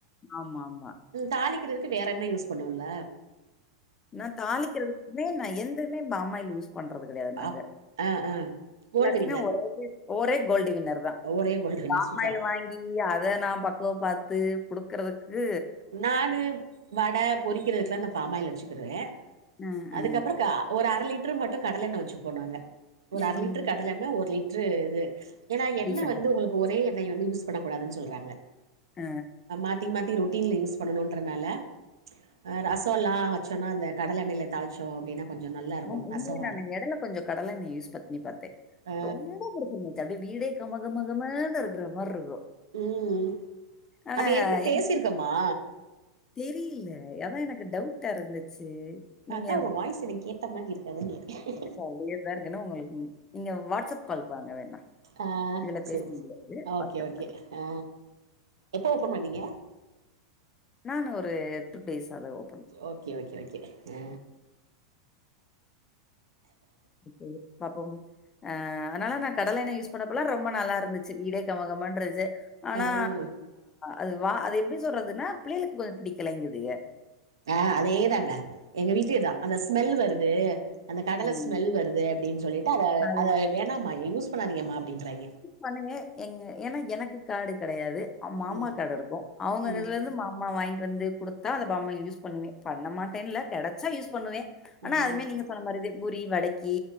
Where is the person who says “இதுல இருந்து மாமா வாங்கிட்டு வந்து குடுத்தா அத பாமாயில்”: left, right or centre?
Left